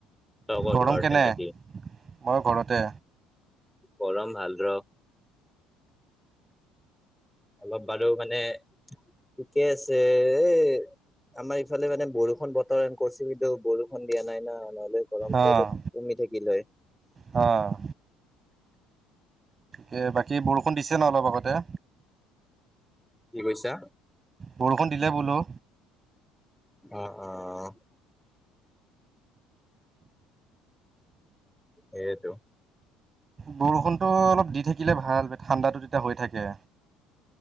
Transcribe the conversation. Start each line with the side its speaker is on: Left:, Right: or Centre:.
Centre: তই ক'ত
Right: গৰম
Centre: ঘৰতে
Right: কেনে?
Centre: নাকি
Right: মই ঘৰতে।
Centre: গৰম ভাল ৰ। অলপ বাৰু মানে ঠিকে আছে এ, আমাৰ ইফালে মানে বৰষুণ বতৰ কৰিছে, কিন্তু বৰষুণ দিয়া নাই না' নহ'লে গৰমতটো
Right: অ'
Centre: অলপ কমি থাকিল হয়।
Right: অ'। তে, বাকী বৰষুণ দিছে ন' অলপ আগতে?
Centre: কি কৈছা?
Right: বৰষুণ দিলে বোলো।
Centre: অ', অ'। সেইটো।
Right: বৰষুণতো অলপ দি থাকিলে ভাল ঠাণ্ডাটো তেতিয়া হৈ থাকে।